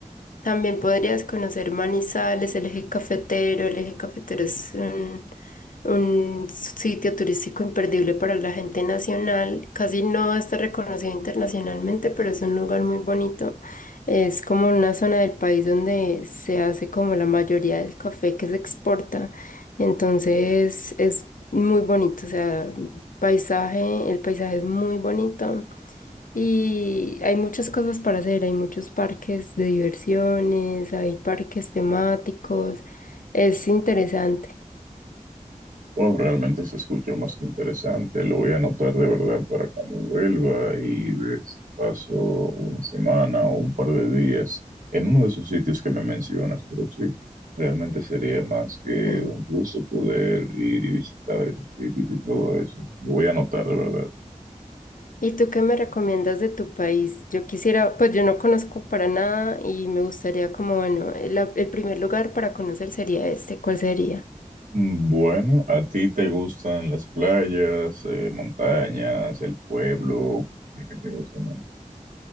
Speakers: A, on the left; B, on the right.
A: También podrías conocer Manizales, el eje cafetero. El eje cafetero es un, un sitio turístico imperdible para la gente nacional. Casi no está reconocido internacionalmente, pero es un lugar muy bonito. Es como una zona del país donde se hace como la mayoría del café que se exporta. Entonces es muy bonito, o sea, paisaje, el paisaje es muy bonito. Y hay muchas cosas para hacer, hay muchos parques de diversiones, hay parques temáticos, es interesante.
B: Wow, realmente se escucha más que interesante. Lo voy a anotar de verdad para cuando vuelva y ver si paso una semana o un par de días en uno de esos sitios que me mencionas, pero sí, realmente sería más que
A: sí.
B: un gusto poder ir y visitar esos sitios y todo eso. Lo voy a anotar de verdad.
A: ¿Y tú qué me recomiendas de tu país? Yo quisiera, pues yo no conozco para nada y me gustaría como, bueno, la- el primer lugar para conocer sería este, ¿cuál sería?
B: Bueno, ¿a ti te gustan las playas, eh, montañas, el pueblo? ¿Qué te gusta más?